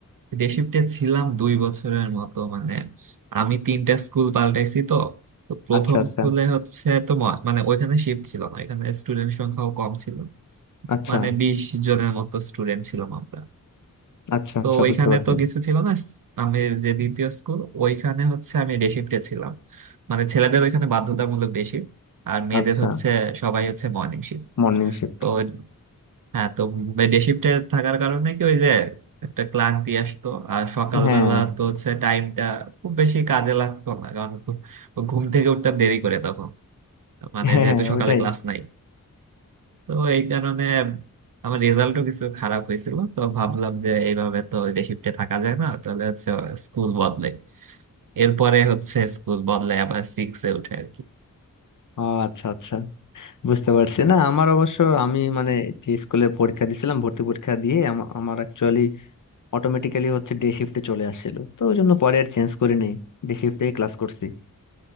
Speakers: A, on the right (about 70°); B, on the left (about 60°).
A: ডে শিফটে ছিলাম দুই বছরের মতো মানে আমি তিনটা স্কুল পাল্টাইছি তো তো প্রথম
B: আচ্ছা আচ্ছা
A: স্কুলে হচ্ছে তো ম- মানে ওইখানে শিফট ছিল না এখানে স্টুডেন্ট সংখ্যাও কম ছিল
B: আচ্ছা
A: মানে বিশ জনের মতো স্টুডেন্ট ছিলাম আমরা
B: আচ্ছা
A: তো
B: আচ্ছা
A: ওইখানে
B: বুঝতে পারছি
A: তো কিছু ছিল না স- আমি যে দ্বিতীয় স্কুল ওইখানে হচ্ছে আমি ডে শিফটে ছিলাম মানে ছেলেদের ওইখানে বাধ্যতামূলক ডে শিফট আর মেয়েদের
B: আচ্ছা
A: হচ্ছে সবাই হচ্ছে মর্নিং শিফট
B: Morning shift
A: তো হ্যাঁ তো ডে শিফটে থাকার কারণে কি ওই যে একটা ক্লান্তি আসতো আর সকালবেলা
B: হ্যাঁ
A: তো হচ্ছে টাইমটা খুব বেশি কাজে লাগতো না কারণ ঘু- ঘুম থেকে উঠতাম দেরি করে তখন মানে
B: হ্যাঁ
A: যেহেতু
B: হ্যাঁ,
A: সকালে
B: ওটাই
A: ক্লাস নাই তো এই কারণে আমার রেজাল্টও কিছু খারাপ হয়েছিল তো ভাবলাম যে এইভাবে তো ডে শিফটে থাকা যায় না তাহলে হচ্ছে স্কুল বদলাই এরপরে হচ্ছে স্কুল বদলাই আবার সিক্সে উঠে আর কি
B: ও আচ্ছা আচ্ছা বুঝতে পারছি না আমার অবশ্য আমি মানে যে স্কুলে পরীক্ষা দিছিলাম ভর্তি পরীক্ষা দিয়ে আমা- আমার অ্যাকচুয়ালি অটোমেটিক্যালি হচ্ছে ডে শিফটে চলে আসছিল তো ওই জন্য পরে আর চেঞ্জ করি নাই ডে শিফটেই ক্লাস করছি